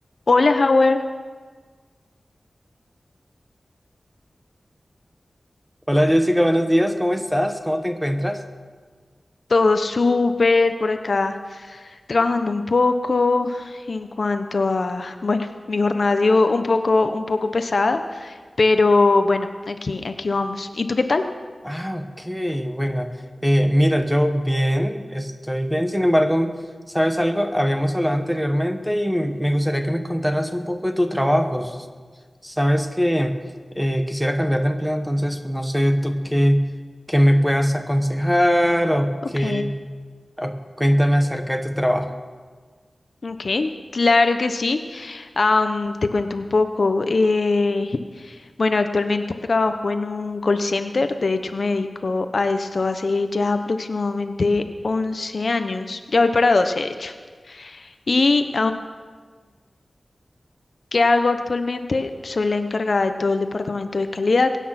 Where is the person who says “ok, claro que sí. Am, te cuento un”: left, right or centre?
Left